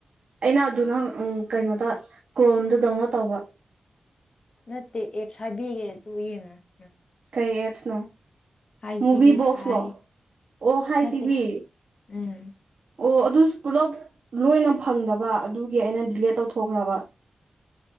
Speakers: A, on the right (about 50°); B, on the left (about 40°).
A: ꯑꯩꯅ ꯑꯗꯨꯅ ꯎꯝ ꯀꯩꯅꯣꯗ ꯀ꯭ꯔꯣꯝꯗꯗꯧꯉꯣ ꯇꯧꯕ
B: ꯅꯠꯇꯦ ꯑꯦꯞꯁ ꯍꯥꯏꯕꯤꯒꯦ ꯑꯗꯨ ꯌꯦꯡꯉꯨ
A: ꯀꯩ ꯑꯦꯞꯁꯅꯣ
B: ꯍꯥꯏ
A: ꯃꯨꯚꯤꯕꯣꯛꯁꯂꯣ
B: ꯇꯤꯚꯤ ꯍꯥꯏ
A: ꯑꯣ ꯍꯥꯏ
B: ꯅꯠꯇꯦ
A: ꯇꯤꯕꯤ
B: ꯎꯝ
A: ꯑꯣ ꯑꯗꯨꯁꯨ ꯄꯨꯂꯞ ꯂꯣꯏꯅ ꯐꯪꯗꯕ ꯑꯗꯨꯒꯤ ꯑꯩꯅ ꯗꯤꯂꯦꯠ ꯇꯧꯊꯣꯛꯈ꯭ꯔꯕ